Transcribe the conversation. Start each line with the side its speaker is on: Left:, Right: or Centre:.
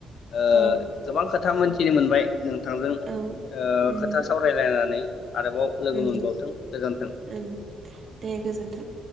Left: ओ
Right: औ
Left: गोबां खो था मोनथिनो मोनबाय नोंथांजों ओ
Right: औ उम
Left: खोथा सावरायलायनानै। आरोबाव लोगो
Right: उम
Left: मोनबावथों गोजोन्थों।
Right: ओं दे गोजोनथों।